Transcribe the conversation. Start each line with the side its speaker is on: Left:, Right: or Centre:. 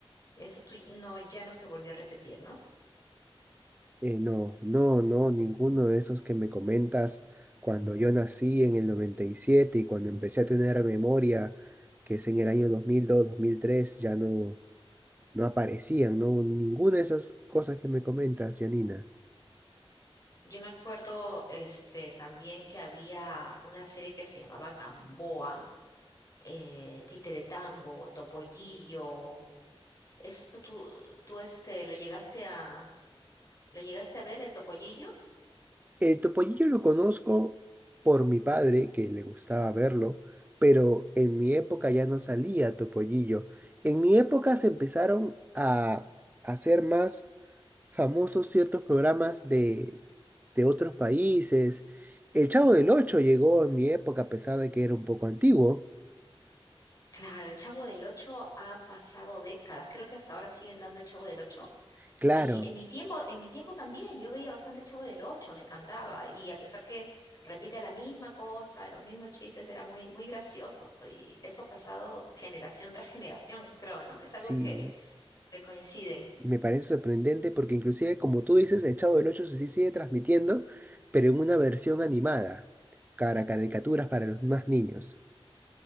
Left: Eso tú, no, ya no se volvió a repetir, ¿no?
Right: Eh, no, no, no, ninguno de esos que me comentas cuando yo nací en el 97 y siete y cuando empecé a tener memoria, que es en el año 2002, 2003, ya no, no aparecían, no, ninguna de esas cosas que me comentas, Janina.
Left: Yo me acuerdo este, también que había una serie que se llamaba Gamboa, eh, Titeretambo, Topollillo. ¿Esto tú, tú este, lo llegaste a, lo llegaste a ver, el Topollillo?
Right: El topollillo lo conozco por mi padre, que le gustaba verlo, pero en mi época ya no salía topollillo. En mi época se empezaron a hacer más famosos ciertos programas de, de otros países. El Chavo del Ocho llegó en mi época, a pesar de que era un poco antiguo.
Left: Claro, el Chavo del Ocho ha pasado décadas. Creo que hasta ahora siguen dando el Chavo del Ocho.
Right: Claro,
Left: Y en mi tiempo, en mi tiempo también, yo veía bastante Chavo del Ocho, me encantaba. Y a pesar que repite la misma cosa, los mismos chistes, era muy, muy gracioso. Y eso ha pasado generación tras generación, creo, ¿no? Es
Right: sí,
Left: algo que, que coinciden.
Right: me parece sorprendente porque inclusive, como tú dices, el Chavo del Ocho sí sigue transmitiendo, pero en una versión animada, cara caricaturas para los más niños.